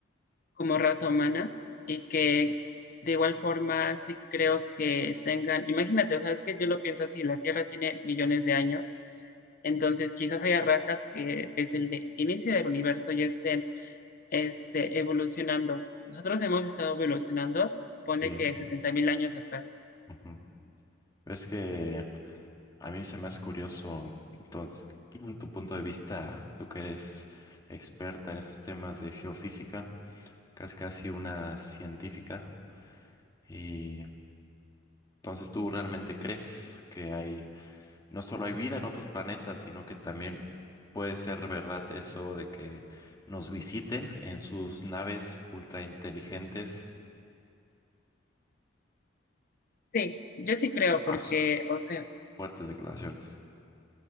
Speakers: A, on the left (about 45°); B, on the left (about 20°).
A: como raza humana y que de igual forma sí creo que tengan, imagínate, o sea, es que yo lo pienso así, la Tierra tiene millones de años, entonces quizás haya razas que desde el inicio del universo ya estén este, evolucionando. Nosotros hemos estado evolucionando, pone
B: Sí.
A: que sesenta mil años atrás.
B: ujú. Es que a mí se me hace curioso, entonces, <clears throat> tu punto de vista, tú que eres experta en esos temas de geofísica, casi casi una científica, y entonces tú realmente crees que hay No solo hay vida en otros planetas, sino que también puede ser verdad eso de que nos visiten en sus naves ultra inteligentes.
A: Sí, yo sí creo porque,
B: As
A: o sea,
B: fuertes declaraciones.